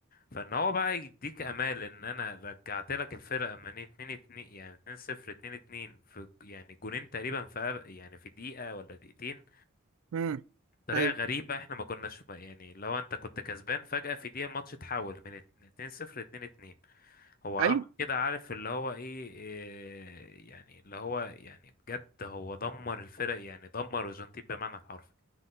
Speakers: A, on the left; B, on the right.
A: فان هو بقى يديك امال ان انا رجعت لك الفرقه من 2 2 يعني 2 0 2 2 في يعني جونين تقريبا في أب- يعني في دقيقه ولا دقيقتين
B: امم
A: بطريقه
B: ايوه
A: غريبه احنا ما كناش يعني لو انت كنت كسبان فجاه في دقيقه الماتش اتحول من 2 0 2 2 هو عمل
B: ايوه
A: كده عارف اللي هو ايه إيه، يعني اللي هو يعني بجد هو دمر الفرق يعني دمر الارجنتين بمعنى الحرفي